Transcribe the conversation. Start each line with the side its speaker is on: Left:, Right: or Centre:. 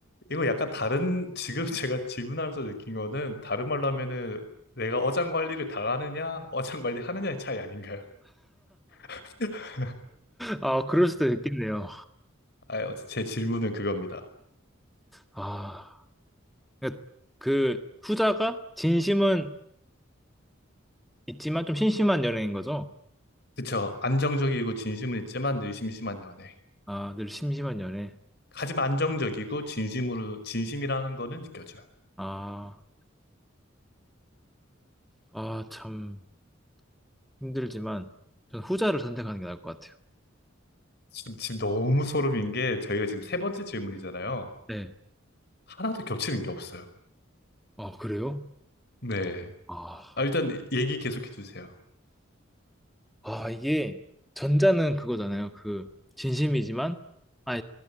Left: 이거 약간 다른, <laughs> 지금 제가 질문하면서 느낀 거는 다른 말로 하면은 내가 어장 관리를 당하느냐, 어장 관리 하느냐의 차이 아닌가요? <laughs>
Centre: 아, 그럴 수도 있겠네요.
Left: 아, 어째- 제 질문은 그겁니다.
Centre: 아, 그러니까 그 후자가 진심은 있지만 좀 심심한 연애인 거죠?
Left: 그쵸. 안정적이고 진심은 있지만 늘 심심한 연애.
Centre: 아, 늘 심심한 연애.
Left: 하지만 안정적이고 진심으로, 진심이라는 거는 느껴져요.
Centre: 아, 아, 참 힘들지만 저는 후자를 선택하는 게 나을 것 같아요.
Left: 지금, 지금 너무 소름인 게 저희가 지금 세 번째 질문이잖아요.
Centre: 네.
Left: 하나도 겹치는 게 없어요.
Centre: 아, 그래요?
Left: 네.
Centre: 아,
Left: 아, 일단 얘기 계속해 주세요.
Centre: 아, 이게 전자는 그거잖아요. 그 진심이지만, 아,